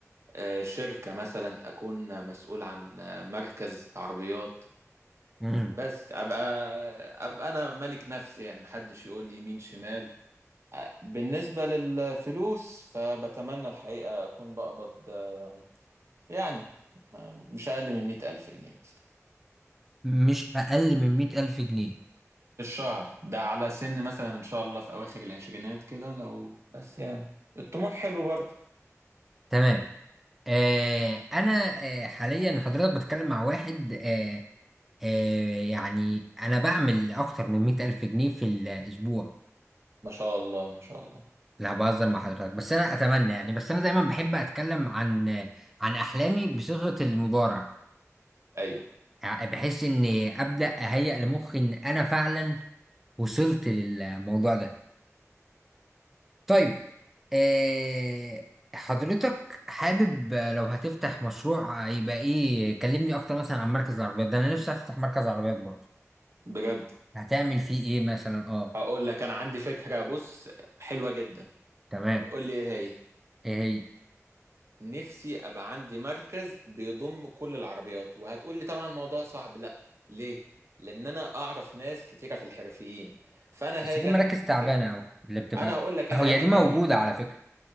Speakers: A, on the right; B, in the centre.
A: آه، شركة مثلا اكون مسؤول عن آه، مركز عربيات
B: مم.
A: بس ابقى ابقى انا ملك نفسي يعني محدش يقول لي يمين شمال آه، بالنسبة للفلوس فبتمنى الحقيقة اكون بقبض آه، يعني آه، مش اقل من مئة الف جنيه مثلا
B: مش اقل من مئة الف جنيه
A: في الشهر ده على سن مثلا ان شاء الله في اواخر العشرينات كده لو بس يعني الطموح حلو برضه
B: تمام آه انا آه حاليا حضرتك بتكلم مع واحد آه آه يعني انا بعمل اكتر من مئة الف جنيه في الاسبوع
A: ما شاء الله ما شاء الله
B: لا بهزر مع حضرتك بس انا اتمنى يعني بس انا دايما بحب اتكلم عن عن احلامي بصيغة المضارع
A: ايوه
B: يعني بحيث اني ابدا اهيئ لمخي ان انا فعلا وصلت للموضوع ده طيب آه، حضرتك حابب لو هتفتح مشروع يبقى ايه كلمني اكتر مثلا عن مركز العربيات ده انا نفسي افتح مركز عربيات برضه
A: بجد
B: هتعمل فيه ايه مثلا اه
A: هقول لك انا عندي فكرة بص حلوة جدا
B: تمام
A: قول لي ايه هي
B: ايه هي
A: نفسي ابقى عندي مركز بيضم كل العربيات وهتقول لي طبعا الموضوع صعب لا ليه لان انا اعرف ناس كتيرة في الحرفيين فانا
B: بس
A: هاجي
B: دي مراكز
A: انا
B: تعبانة
A: ك-
B: اهو اللي بتبقى
A: انا هقول لك انا
B: هي
A: هاجي
B: دي
A: كمين
B: موجودة على فكرة